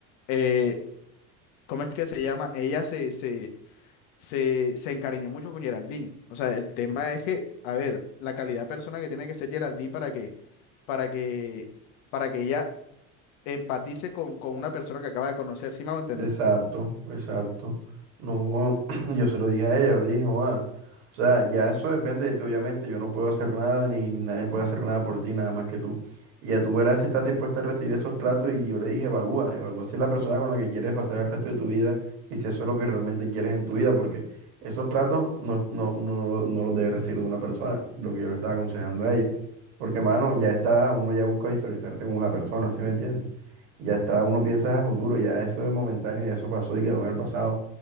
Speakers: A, on the left; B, on the right.
A: eh, ¿cómo es que se llama? Ella se, se, se, se encariñó mucho con Geraldine. O sea, el tema es que, a ver, la calidad de persona que tiene que ser Geraldine para que, para que, para que ella empatice con, con una persona que acaba de conocer, ¿sí me hago entender?
B: Exacto, exacto. No, <clears throat> yo se lo dije a ella, yo le dije, "Joda, o sea, ya eso depende de ti, obviamente, yo no puedo hacer nada, ni, ni nadie puede hacer nada por ti, nada más que tú. Y ya tú verás si estás dispuesta a recibir esos tratos y yo le dije, evalúa, evalúa si es la persona con la que quieres pasar el resto de tu vida y si eso es lo que realmente quieres en tu vida, porque esos tratos no, no, no, no los debes recibir de una persona, lo que yo le estaba aconsejando a ella. Porque, mano, ya está, uno ya busca visualizarse con una persona, ¿sí me entiendes? Ya está, uno piensa a futuro, ya eso es momentáneo, ya eso pasó y quedó en el pasado.